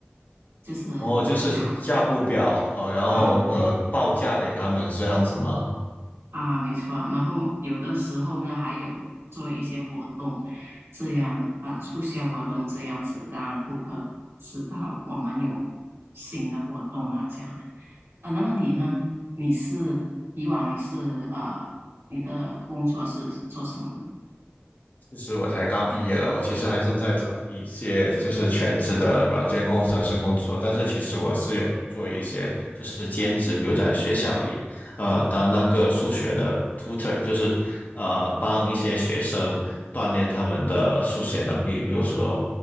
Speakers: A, on the right (about 80°); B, on the left (about 40°).
A: 就是
B: 哦，就是项目表，
A: 看
B: 呃，然后呃报价给他们这样子吗？
A: 啊，对。啊，没错。然后有的时候呢，还有做一些活动，这样啊，促销活动这样子，让顾客知道我们有新的活动啊，这样。啊，那么你呢？你是以往你是呃，你的工作是做什么呢？
B: 其实我才刚毕业了，我其实还正在找一些就是全职的软件工程师工作，但是其实我是有做一些就是兼职，比如在学校里，呃，当那个数学的 tutor，就是呃帮一些学生锻炼他们的数学能力，比如说